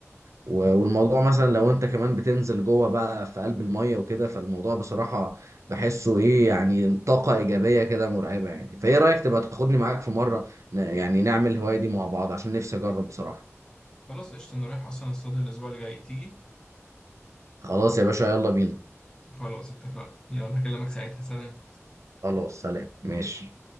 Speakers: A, on the right; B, on the left.
A: والموضوع مثلا لو انت كمان بتنزل جوه بقى في قلب المية وكده فالموضوع بصراحة بحسه ايه يعني طاقة ايجابية كده مرعبة يعني فايه رأيك تبقى تاخدني معاك في مرة ن... يعني نعمل الهواية دي مع بعض عشان نفسي اجرب بصراحة
B: خلاص قشطة انا رايح اصلا اصطاد الاسبوع اللي جاي تيجي
A: خلاص يا باشا يلا بينا
B: خلاص اتفقنا يلا هكلمك ساعتها سلام
A: خلاص سلام ماشي